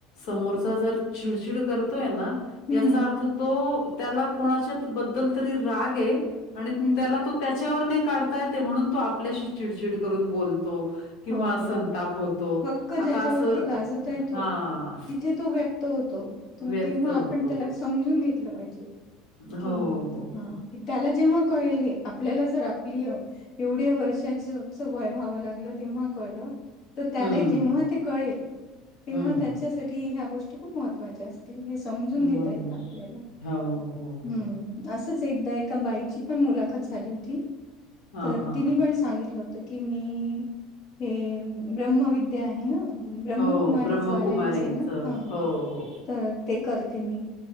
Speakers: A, on the left; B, on the left.
A: समोरचा जर चिडचिड करतोय ना,
B: हम्म
A: याचा अर्थ तो त्याला कोणाच्यात बद्दल तरी राग हेय. आणि
B: हम्म
A: त्याला तो त्याच्यावर नाही काढता येतय, म्हणून तो आपल्याशी चिडचिड करून बोलतो. किंवा
B: हो, हो
A: संताप होतो.
B: हक्क
A: आता
B: ज्याच्यावरती
A: असं
B: गाजवता येतो,
A: हां,
B: तिथे तो व्यक्त होतो. तर मग
A: व्यक्त
B: तेव्हा
A: होतो.
B: आपण त्याला समजून घेतलं पाहिजे, कि
A: हो, हो,
B: हा
A: हो.
B: त्याला जेव्हा कळेल हे, आपल्याला जर आपली एवढ्या वर्षाचच वय व्हावं लागलंत. तेव्हा कळल, तर त्याला
A: हं,
B: जेव्हा ते कळेल, तेव्हा
A: हं.
B: त्या त्याच्यासाठी ह्या गोष्टी खूप महत्वाच्या असत. हे समजून घेतायेत
A: बरोबर.
B: आपल्याला.
A: हो, हो,
B: हम्म.
A: हो.
B: असंच एकदा एका बाईची पण मुलाखत झाली होती,
A: हां,
B: तर
A: हां.
B: तिने पण सांगितलं हो त की मी हे ब्रह्मविद्या आहे ना. ब्रह्मकुमारीजवाल्यांच
A: हो, ब्रह्मकुमारीचं.
B: आहे ना. हा
A: हो, हो.
B: तर ते करते मी,